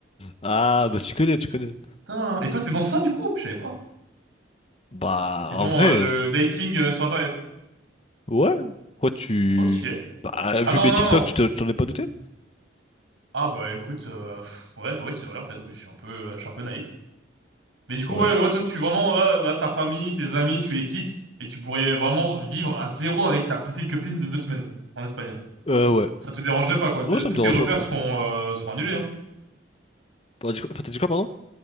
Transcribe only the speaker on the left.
Ah,
bah, tu connais, tu connais.
Bah,
en vrai,
ouais, quoi, tu.
Bah, vu
mes
TikTok,
tu te- t'en es pas douté?
Ouais.
Euh, ouais.
Ouais, ça
me dérangerait
pas.
ça me-
T'as dit quoi, t'as dit quoi, pardon?